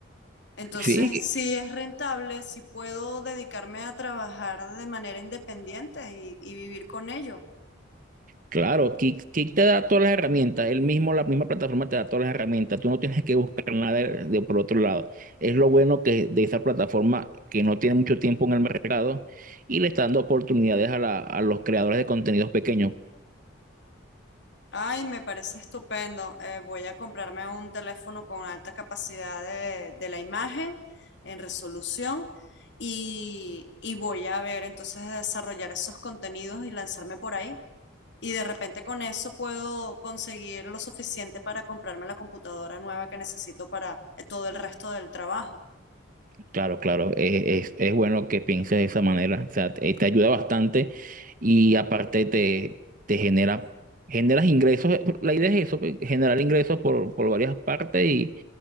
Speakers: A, on the left (about 60°); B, on the right (about 40°).
A: Entonces,
B: Sí,
A: si es rentable, si puedo dedicarme a trabajar de manera independiente y, y vivir con ello.
B: Claro, Kick, Kick te da todas las herramientas, él mismo, la misma plataforma te da todas las herramientas, tú no tienes que buscar nada de, de por otro lado. Es lo bueno que de esa plataforma que no tiene mucho tiempo en el mercado y le está dando oportunidades a, la- a los creadores de contenidos pequeños.
A: Ay, me parece estupendo. Eh, voy a comprarme un teléfono con alta capacidad de, de la imagen en resolución y, y voy a ver entonces de desarrollar esos contenidos y lanzarme por ahí. Y de repente con eso puedo conseguir lo suficiente para comprarme la computadora nueva que necesito para eh, todo el resto del trabajo.
B: Claro, claro, eh, es, es bueno que pienses de esa manera, o sea, te, te ayuda bastante y aparte te, te genera, generas ingresos, eh, la idea es eso, pues, generar ingresos por, por varias partes y,